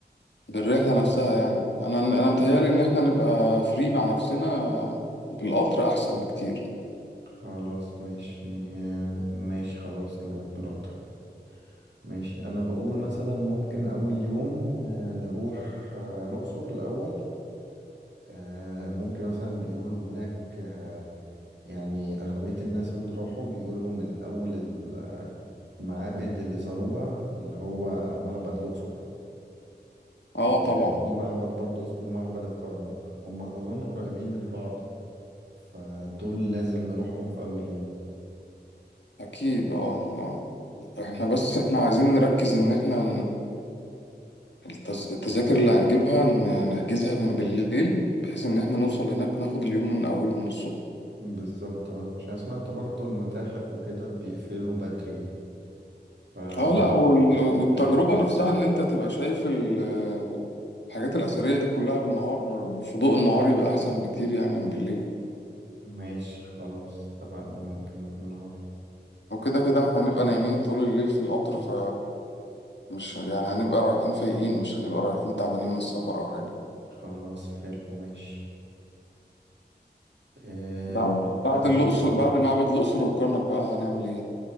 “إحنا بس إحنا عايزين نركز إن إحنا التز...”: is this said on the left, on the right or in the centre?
Left